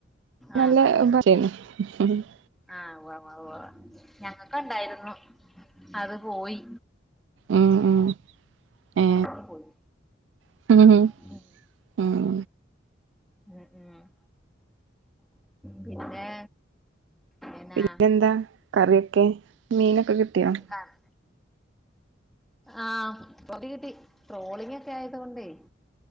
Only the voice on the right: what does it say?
നല്ല
<unintelligible>
ഉം ഉം ഉം ഏ
<unintelligible>
ഉം
പിന്നെന്താ കറിയൊക്കെ മീനൊക്കെ കിട്ടിയോ